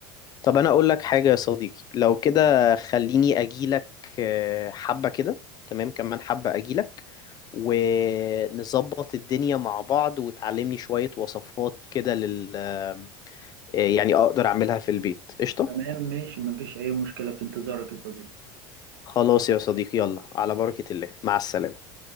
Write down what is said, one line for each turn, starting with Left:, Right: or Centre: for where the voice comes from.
Left: طب انا اقول لك حاجة يا صديقي لو كده خليني اجيلك آه، حبة كده تمام كمان حبة اجيلك ونظبط الدنيا مع بعض وتعلمني شوية وصفات كده لل آه، يعني أقدر أعملها في البيت قشطة
Right: تمام ماشي مفيش أي مشكلة في انتظارك يا صديقي
Left: خلاص يا صديقي يلا على بركة الله مع السلامة